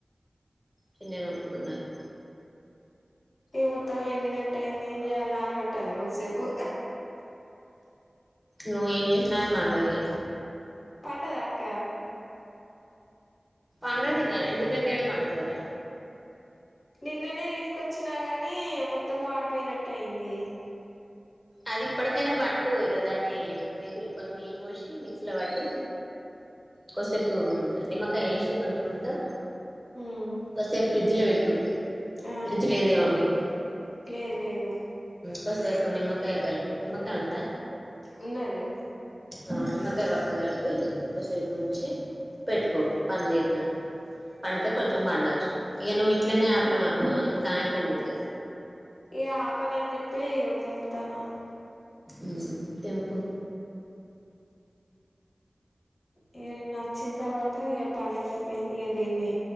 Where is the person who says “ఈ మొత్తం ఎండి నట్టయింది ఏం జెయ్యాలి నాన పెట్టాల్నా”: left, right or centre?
Left